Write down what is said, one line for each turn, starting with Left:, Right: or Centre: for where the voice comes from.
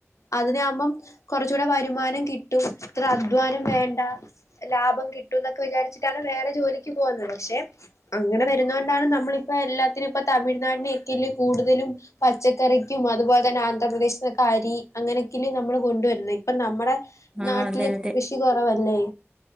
Left: അതിനാകുമ്പം കുറച്ചുകൂടെ വരുമാനം കിട്ടും ഇത്ര അധ്വാനം വേണ്ട. ലാഭം കിട്ടും എന്നൊക്കെ വിചാരിച്ചിട്ടാണ് വേറെ ജോലിക്ക് പോകുന്നത് പക്ഷെ അങ്ങനെ വരുന്നത് കൊണ്ടാണ് നമ്മളിപ്പോ എല്ലാത്തിനും ഇപ്പൊ തമിഴ്നാടിനെ റ്റ്ല് കൂടുതലും പച്ചക്കറിക്കും അതുപോലെ തന്നെ ആന്ധ്രാ പ്രദേശ് ന്നക്കെ അരി അങ്ങനെയൊക്കല്ലെ നമ്മള് കൊണ്ടുവരുന്നത് ഇപ്പ നമ്മുടെ
Right: ആഹ്
Left: നാട്ടില്
Right: അതെ അതെ
Left: കൃ ഷി കുറവല്ലേ